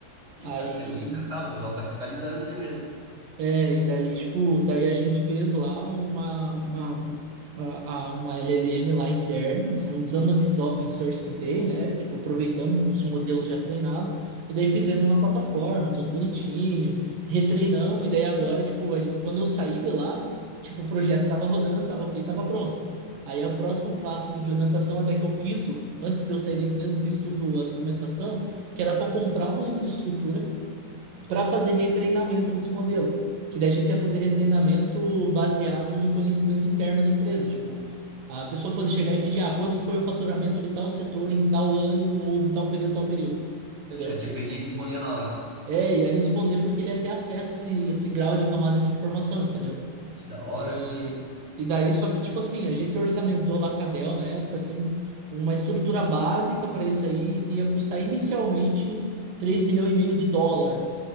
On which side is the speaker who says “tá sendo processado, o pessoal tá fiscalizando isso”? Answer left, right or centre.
Right